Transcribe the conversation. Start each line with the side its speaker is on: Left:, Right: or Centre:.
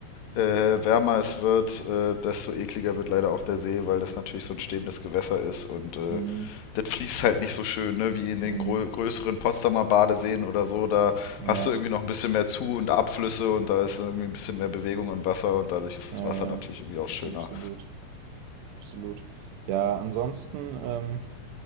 Left: äh, wärmer es wird, äh, desto ekliger wird leider auch der See, weil das natürlich so ein stehendes Gewässer ist und äh,
Right: Mhm.
Left: das fließt halt nicht so schön, ne, wie in den
Right: Mhm.
Left: grö größeren Potsdamer Badeseen oder so. Da
Right: Ja,
Left: hast du irgendwie noch ein bisschen mehr Zu- und Abflüsse und da ist irgendwie ein bisschen mehr Bewegung im Wasser und dadurch ist
Right: ja,
Left: das Wasser natürlich
Right: ja,
Left: irgendwie auch schöner.
Right: absolut, absolut. Ja, ansonsten, ähm,